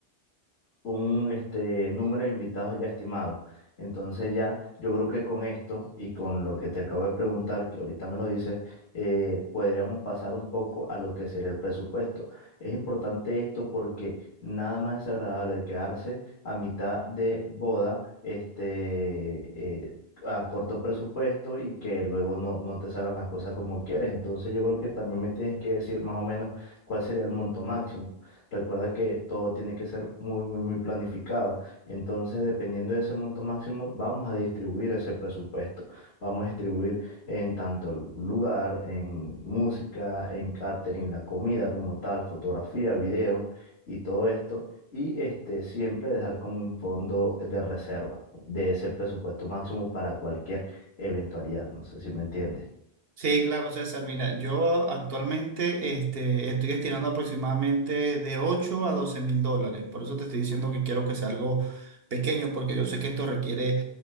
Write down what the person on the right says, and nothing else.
Sí, claro, César. Mira, yo actualmente este, estoy destinando aproximadamente de ocho a doce mil dólares. Por eso te estoy diciendo que quiero que sea algo pequeño, porque yo sé que esto requiere